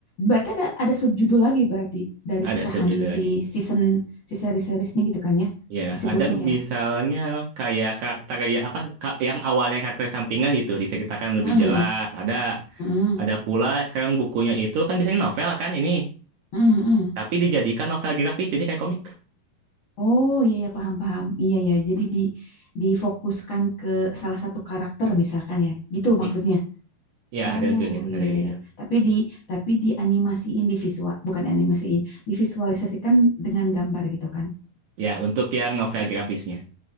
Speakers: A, on the left; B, on the right.
A: Berarti ada ada subjudul lagi berarti dari
B: <laughs> Ada
A: pecahan
B: subjudul lagi.
A: si season, si seri-seriesnya gitu kan ya?
B: Ya,
A: Disebutnya
B: ada
A: ya.
B: misalnya kayak karakter kayak apa ka- yang awalnya karakter sampingan gitu diceritakan lebih
A: Heeh,
B: jelas.
A: heeh,
B: Ada
A: heeh,
B: ada pula sekarang bukunya itu kan biasanya novel kan ini,
A: heeh, heeh.
B: tapi dijadikan novel grafis jadi kayak komik.
A: Oh iya ya paham paham. Iya ya. Jadi di difokuskan ke salah satu karakter misalkan ya. Gitu
B: Mm.
A: maksudnya.
B: Ya,
A: Oh
B: ada judulnya,
A: iya
B: ada gitu-gitu.
A: iya ya. Tapi di tapi dianimasiin di visual, bukan dianimasiin, divisualisasikan dengan gambar gitu kan.
B: Ya, untuk yang novel grafisnya